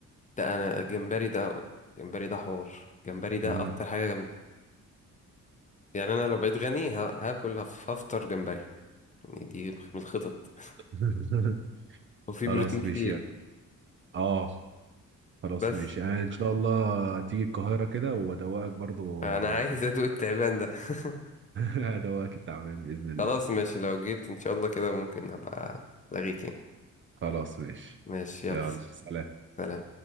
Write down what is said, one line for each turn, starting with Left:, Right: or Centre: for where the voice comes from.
Left: ده انا الجمبري ده الجمبري ده حوار الجمبري ده
Right: مم.
Left: اكتر حاجة جامدة يعني انا لو بقيت غني ه... هاكل هف- هفطر جمبري يعني دي من الخطط <laughs>
Right: <laughs>
Left: وفي
Right: خلاص
Left: بروتين كتير
Right: ماشي يعني اه خلاص
Left: بس
Right: ماشي يعني ان شاء الله تيجي القاهرة كده وادوقك برضو
Left: انا
Right: <laughs> آه،
Left: عايز ادوق التعبان ده <laughs>
Right: ادوقك التعابين بإذن الله
Left: خلاص ماشي لو جيت ان شاء الله كده ممكن هبقى لاغيك يعني
Right: خلاص ماشي
Left: ماشي يلا
Right: يلا ماشي سلام
Left: سلام